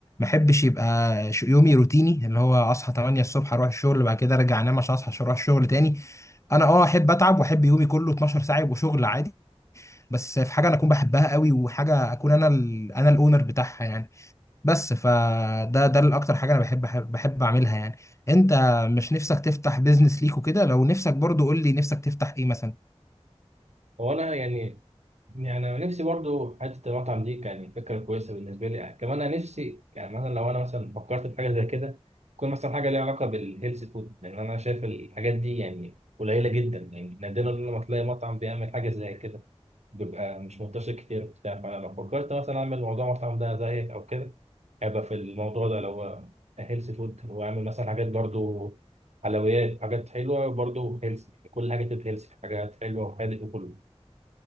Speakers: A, on the left (about 25°); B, on the right (about 75°).
A: بحبش يبقى ش- يومي روتيني اللي هو اصحى 8 الصبح اروح الشغل بعد كده ارجع انام عشان اصحى عشان اروح الشغل تاني انا اه احب اتعب واحب يومي كله 12 ساعه يبقوا شغل عادي بس في حاجه انا اكون بحبها قوي وحاجه اكون انا ال انا الاونر بتاعها يعني بس فده ده الاكتر حاجه انا بحب بحب بحب اعملها يعني انت مش نفسك تفتح بيزنس ليك وكده لو نفسك برضو قول لي نفسك تفتح ايه مثلا
B: هو انا يعني يعني انا نفسي برضو حته المطعم دي كان فكره كويسه بالنسبه لي يعني كمان انا نفسي يعني مثلا لو انا مثلا فكرت في حاجه زي كده تكون مثلا حاجه ليها علاقه بالهيلث فود لان انا شايف الحاجات دي يعني قليله جدا يعني نادرا لما تلاقي مطعم بيعمل حاجه زي كده بيبقى مش منتشر كتير وبتاع فانا لو فكرت مثلا اعمل موضوع مطعم ده زي او كده هيبقى في الموضوع ده لو هو هيلث فود واعمل مثلا حاجات برضو حلويات حاجات حلوه برضو هيلث كل حاجه تبقى هيلث حاجات حلوه وحادق وكله